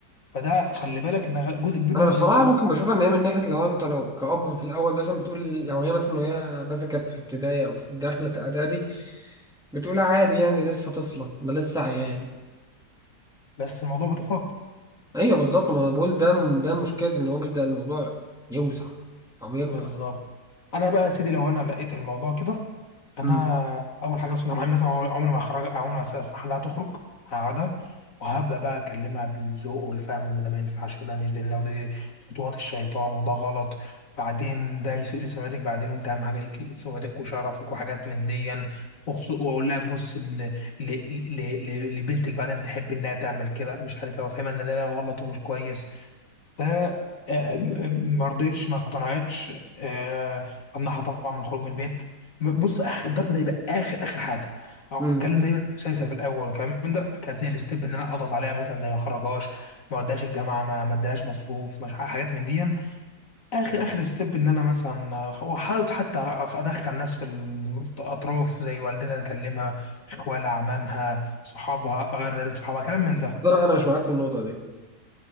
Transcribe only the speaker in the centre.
انا
بصراحه
ممكن بشوف ان هي من ناحيه لو انت لو كأب في الاول مثلا بتقول لو هي مثلا وهي مثلا كانت في ابتدائي او في داخله اعدادي بتقول عادي يعني لسه طفله ده لسه عيال
ايوه بالظبط ما انا بقول ده ده مشكله ان هو بيبدا الموضوع يوسع او يكبر
امم
امم
بصراحه انا مش معاك في النقطه دي